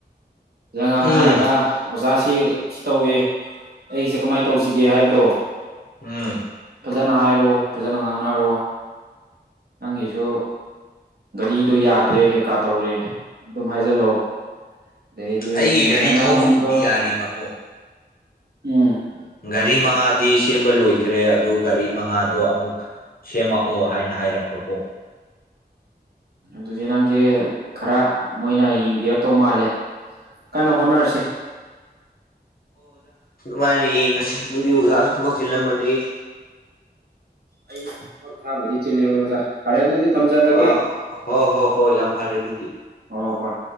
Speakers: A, on the right; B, on the left.
A: ꯐꯖ ꯉꯥꯡꯅꯔꯒ
B: ꯎꯝ
A: ꯑꯣꯖꯥ ꯖꯤ ꯁꯤ ꯇꯧꯋꯤ ꯑꯩꯒꯤꯖꯦ ꯀꯃꯥꯏ ꯇꯧꯁꯤꯒꯦ ꯍꯥꯏꯕꯗꯣ
B: ꯎꯝ
A: ꯐꯖꯅ ꯍꯥꯏꯔꯣ ꯐꯖꯅ ꯉꯥꯡꯅꯔꯣ ꯅꯪꯒꯤꯖꯨ ꯒꯔꯤꯗꯣ ꯌꯥꯗ꯭ꯔꯦ ꯀꯩꯀꯥ ꯇꯧꯔꯦ ꯑꯗꯨꯝ ꯍꯥꯏꯖꯤꯜꯂꯣ ꯗꯩꯗꯤ
B: ꯑꯩꯒꯤ
A: ꯃꯦꯅꯦꯖꯔꯅ
B: ꯒꯥꯔꯤ ꯊꯧꯕꯕꯨꯗꯤ
A: ꯑꯃꯨꯛꯀ
B: ꯌꯥꯔꯤꯕꯀꯣ
A: ꯎꯝ
B: ꯒꯥꯔꯤ ꯃꯉꯥꯗꯤ ꯁꯦꯝꯕ ꯂꯣꯏꯈ꯭ꯔꯦ ꯑꯗꯣ ꯒꯥꯔꯤ ꯃꯉꯥꯗꯣ ꯑꯃꯨꯛ ꯁꯦꯝꯃꯛꯑꯣ ꯍꯥꯏꯅ ꯍꯥꯏꯔꯛꯄꯀꯣ
A: ꯑꯗꯨꯗꯤ ꯅꯪꯒꯤ ꯈꯔ ꯃꯣꯏꯅ ꯌꯦꯡꯕꯤꯔꯛꯇꯧ ꯃꯥꯜꯂꯦ ꯀꯟꯅ ꯍꯣꯠꯅꯔꯁꯦ
B: ꯃꯥꯥꯟꯅꯤ ꯌꯦꯡꯉꯁꯦ ꯑꯗꯨꯗꯤ ꯑꯣꯖꯥꯁꯨ ꯊꯕꯛ ꯆꯤꯜꯂꯝꯃꯅꯤ
A: ꯑꯩ ꯊꯕꯛ ꯈꯔꯕꯨꯗꯤ ꯆꯤꯜꯂꯦ ꯍꯣꯏ ꯑꯣꯖꯥ ꯐꯔꯦ ꯑꯗꯨꯗꯤ ꯊꯝꯖꯔꯒꯦ
B: ꯑꯥ ꯍꯣ ꯍꯣ ꯍꯣꯏ ꯌꯥꯝ ꯐꯔꯦ ꯑꯗꯨꯗꯤ
A: ꯑꯣ ꯍꯣꯏ